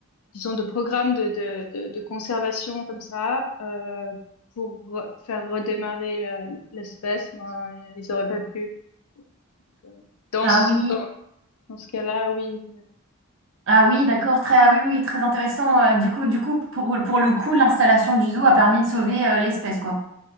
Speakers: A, on the left (about 80°); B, on the right (about 60°).
A: disons, de programmes de, de, de, de conservation comme ça, euh, pour re- faire redémarrer le- l'espèce, ben, ils auraient pas pu. Donc, euh, Dans
B: ah
A: ce,
B: oui.
A: dans, dans ce cas-là, oui.
B: Ah oui, d'accord, très, ah oui, oui, très intéressant. Euh, du coup, du coup, pour, pour le coup, l'installation du zoo a permis de sauver euh, l'espèce, quoi.